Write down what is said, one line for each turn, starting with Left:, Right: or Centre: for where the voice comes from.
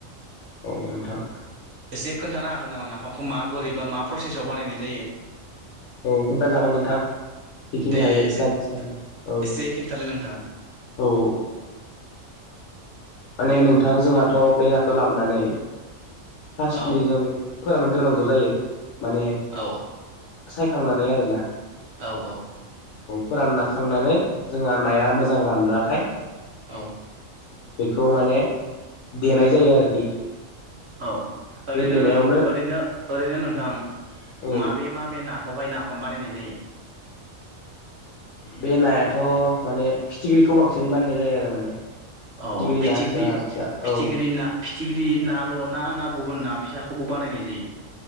Left: औ नोंथां।
Right: एसे खोन्थानो हागोन नामा नाफामखौ मा बोरैबा मा प्रसेसाव बानायनाय जायो?
Left: औ खोन्था जागोन नोंथां। जिखिनि
Right: दे
Left: हायो
Right: एसे
Left: खिथानोसै आं। औ।
Right: एसे खिन्थालाय नोंथां
Left: औ माने नोंथां जोंहाथ' बे नाखौ लाबोनानै फार्स्टलि
Right: औ
Left: जों फोरानो गोनांगौ जायो माने
Right: औ
Left: सायखांनानै आरोना
Right: औ औ
Left: फोरानना खांनानै जोंहा नाया मोजां रानब्लाथाय
Right: औ।
Left: बेखौ माने, देनाय जायो आरोखि।
Right: औ ओरैनो,
Left: बे देनायावनो
Right: ओरैनो -ओरैनो नोंथां।
Left: औ
Right: माबे -माबे नाखौहाय नाफाम बानायनाय जायो?
Left: बे नायाथ' माने फिथिख्रिखौ बांसिन बाननाय जायो आरो माने।
Right: औ
Left: ना
Right: फिथिख्रि
Left: जा फिसा
Right: -फिथिख्रि
Left: औ
Right: ना फिथिख्रि नाल' ना, ना गुबुन ना? फिसाखौबो बानायनाय जायो।